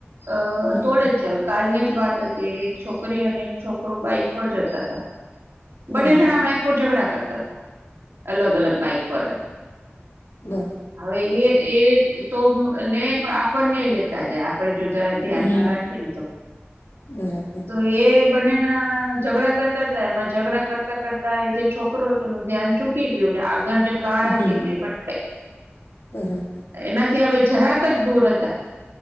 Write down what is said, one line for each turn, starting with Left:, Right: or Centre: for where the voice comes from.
Right: અ
Left: હમ
Right: તોડે જ જ કાલને વાત હતી એક છોકરી અને એક છોકરો બાઈક પર જતા હતા
Left: બરાબર
Right: બંને જણા બાક ઉપ ઝઘડા કરતા અલગ અલગ બાઈક પરત
Left: બર
Right: હવે એ એ તોફણ નહી લેતા જાય આપડે જો જરા ધ્યાન
Left: હમ
Right: ન રાખે ને તો
Left: બરાબર
Right: તો એ બંને જણા ઝઘડા કરતા હતા એમાં ઝઘડા કરતા કરતા એ જે છોકરી છોકરો ત ન ધ્યાન ચૂકી ગયો આગળ જે કાર
Left: હમ
Right: હતી ભટક
Left: બરાબર
Right: એનાથી હવે જરાક જ દૂર હતા